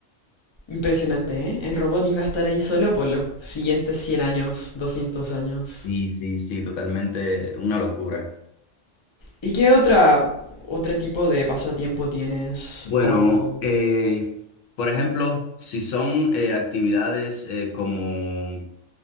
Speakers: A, on the left; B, on the left.
A: Impresionante, ¿eh? El robot iba a estar ahí solo por los siguientes cien años, doscientos años.
B: Sí, sí, sí, totalmente una locura.
A: ¿Y qué otra, otro tipo de pasatiempo tienes?
B: Bueno,
A: O...
B: eh, por ejemplo, si son eh, actividades eh, como